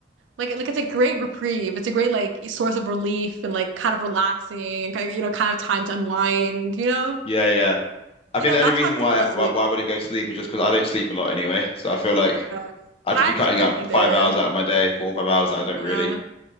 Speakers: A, on the right; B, on the left.
A: like, like it's a great reprieve. It's a great like source of relief and like kind of relaxing and kind of, you know, kind of time to unwind, you know?
B: yeah, yeah. I
A: You
B: think
A: know,
B: the
A: that's
B: only reason
A: why I'm thinking
B: why
A: about
B: why,
A: sleep.
B: why I wouldn't go sleep is just because I don't sleep a lot anyway. So I feel like
A: Uh,
B: I'd
A: I
B: just be
A: actually
B: cutting
A: don't
B: up
A: either.
B: five hours out of my day, four or five hours that I don't
A: Yeah,
B: really.